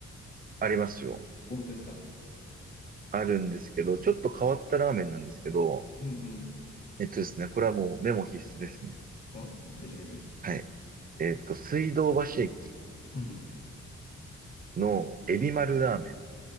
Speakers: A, on the right; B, on the left.
A: ありますよ。
B: 本当ですか
A: あるんですけど、ちょっと変わったラーメンなんですけど、
B: うん
A: えっとですね、これはもうメモ必須ですね。
B: うん。お、ぜひぜひ。
A: はい。えっと、水道橋駅
B: うんうん。
A: のエビ丸ラーメン。